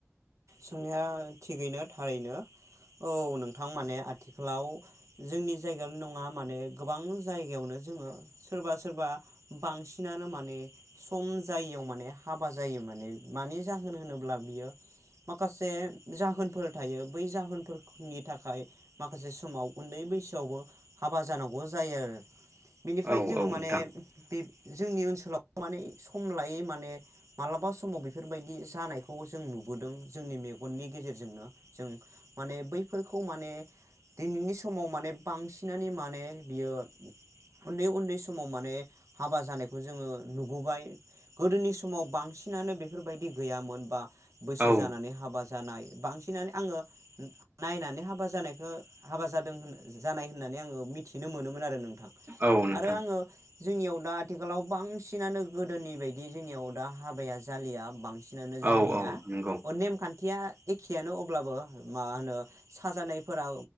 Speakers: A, on the right; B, on the right.
A: सोंनाया थिगैनो थारैनो। औ नोंथां माने आथिखालाव जोंनि जायगायावनो नङा माने गोबां जायगायावनो जोङो सोरबा सोरबा बांसिनानो माने स सम जायैयाव माने हाबा जायो माने मानि जाहोन होनोब्ला बियो माखासे जाहोनफोर थायो बै जाहोनफोरनि थाखाय माखासे समाव उन्दै बैसोआवबो हाबा जानांगौ जायो आरो। बिनिफाय
B: औ
A: जोङो
B: औ
A: माने
B: नोंथां
A: बे जोंनि ओनसोलाव माने सम लायो माने मालाबा समाव बे बेफोर बायदि जानायखौ जों नुबोदों जोंनि मेगननि गेजेर जोंनो जों माने बैफोरखौ माने दिनैनि समाव माने बांसिनानो माने बियो उन्दै उन्दै समाव माने हाबा जानायखौ जोङो नुबोबाय गोदोनि समाव बांसिनानो बेफोरबायदि गैयामोन बा बैसो
B: औ
A: जानानै हाबा जा जानाय बांसिनानो आङो नायनानै हाबा जानायखौ हाबा जादों होन ज जानाय होननानै आङो मिथिनो मोनोमोन आरो नोंथां
B: औ नोंथां
A: आरो आङो जोंनियाव दा आथिखालाव बांसिनानो गोदोनि बायदि जोंनियाव दा हाबाया जालिया बांसि सिनानो जोंनिया
B: औ औ
A: अ
B: नंगौ
A: नेम खान्थ थिया एखेयानो अब्लाबो मा होनो साजानायफोरा